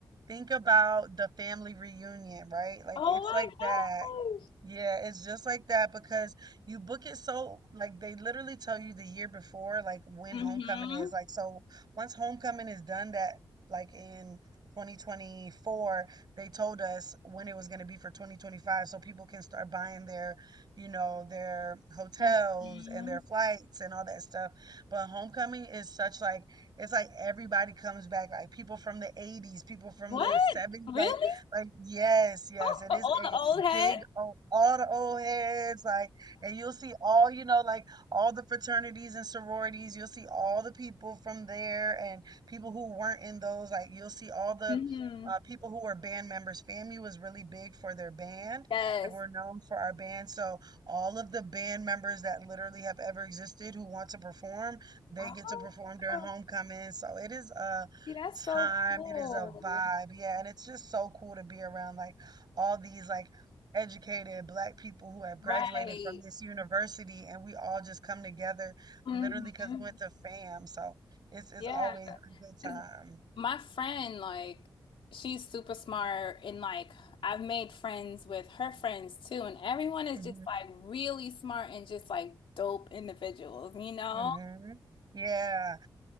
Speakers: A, on the right; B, on the left.
A: think about the family reunion, right? Like,
B: Oh
A: it's
B: my
A: like
B: gosh.
A: that. Yeah, it's just like that because you book it so like they literally tell you the year before like when
B: Mm-hmm.
A: homecoming is. Like so once homecoming is done that like in 2024, they told us when it was going to be for 2025 so people can start buying their, you know, their hotels
B: Mm-hmm.
A: and their flights and all that stuff. But homecoming is such like it's like everybody comes back like people from the 80s, people from
B: What?
A: the 70s
B: Really?
A: like like yes, yes,
B: <laughs>
A: it is
B: All
A: a
B: the old heads?
A: big old, all the old heads, like, and you'll see all, you know, like all the fraternities and sororities. You'll see all the people from there and people who weren't in those. Like, you'll see all the
B: hmm
A: uh, people who were band members. FAMU was really big for their band.
B: Yes.
A: Like, we're known for our band. So, all of the band members that literally have ever existed who want to perform, they
B: Oh,
A: get to perform during homecoming. So, it is a
B: see, that's so
A: time.
B: cool.
A: It is a vibe. Yeah. And it's just so cool to be around like all these like educated black people who have graduated
B: Right.
A: from this university and we all just come together
B: hmm
A: literally because we went to fam so it's it's
B: Yeah.
A: always a good
B: 'Cause
A: time
B: My friend, like, she's super smart, and like, I've made friends with her friends too, and everyone is
A: hmm
B: just like really smart and just like dope individuals, you know?
A: hmm yeah